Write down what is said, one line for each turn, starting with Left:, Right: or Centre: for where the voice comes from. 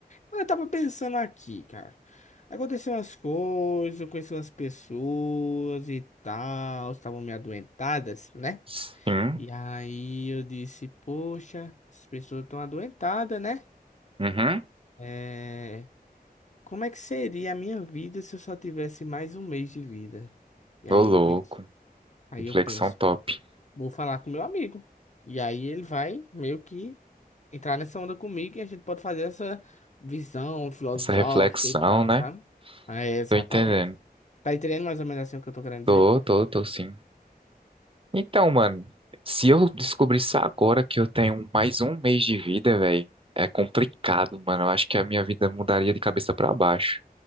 Left: Mano, eu tava pensando aqui, cara. Aconteceu umas coisas, eu conheci umas pessoas e tal, estavam me adoentadas, né?
Right: Sim.
Left: E aí eu disse, poxa, as pessoas estão adoentadas, né?
Right: Uhum.
Left: É, Como é que seria a minha vida se eu só tivesse mais um mês de vida? E
Right: Ô,
Left: aí
Right: louco.
Left: eu penso, aí
Right: Reflexão
Left: eu penso,
Right: top.
Left: vou falar com meu amigo. E aí ele vai meio que entrar nessa onda comigo e a gente pode fazer essa visão filosófica
Right: Essa reflexão,
Left: e tal,
Right: né?
Left: tá? É, exatamente.
Right: Tô entendendo.
Left: Tá entendendo mais ou menos assim o que eu tô querendo
Right: Tô,
Left: dizer?
Right: tô, tô sim. Então, mano, se eu descobrisse agora que eu tenho mais um mês de vida, velho, é complicado, mano. Eu acho que a minha vida mudaria de cabeça pra baixo.